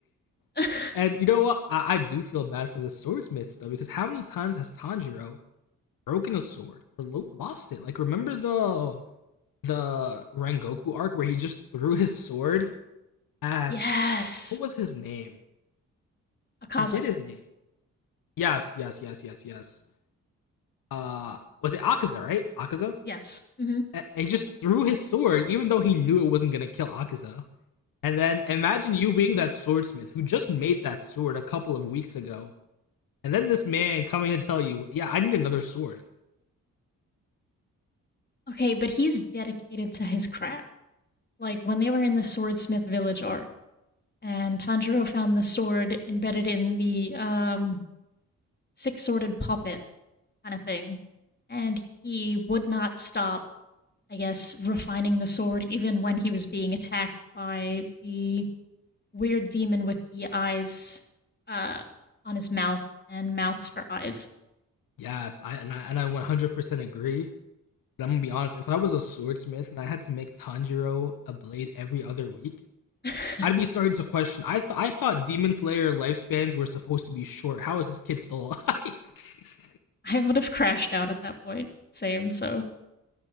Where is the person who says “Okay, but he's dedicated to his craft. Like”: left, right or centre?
Left